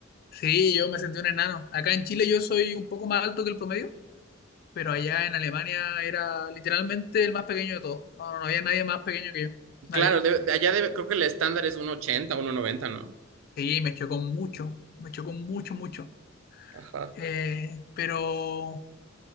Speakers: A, on the left; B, on the right.
A: Sí, yo me sentí un enano. Acá en Chile yo soy un poco más alto que el promedio pero allá en Alemania era literalmente el más pequeño de todos. No, no había nadie más pequeño que yo. Nadie.
B: Claro, de, de allá debe- creo que el estándar es uno ochenta uno noventa ¿no?
A: Sí, me chocó mucho, me chocó mucho, mucho.
B: Ajá.
A: Eh, pero,